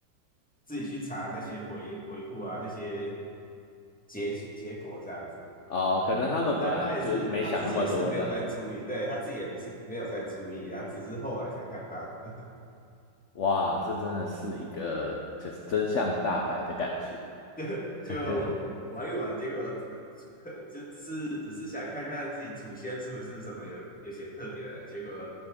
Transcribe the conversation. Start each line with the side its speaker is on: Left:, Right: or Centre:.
Centre: 自己去查那些回回复啊那些结结果这样子。
Left: 哦。可能他们本来就没想那么多这样子。
Centre: 但他也是他自己也是没有在注意，对他自己也没是没有在注意，他只是后来才看到的
Left: 哇，这真的是一个就是真相大白的感觉。
Centre: <laughs> 就就玩一玩，
Left: <laughs>
Centre: 结果呃 <laughs> 就只是只是想看看自己祖先是不是什么有有些特别的，结果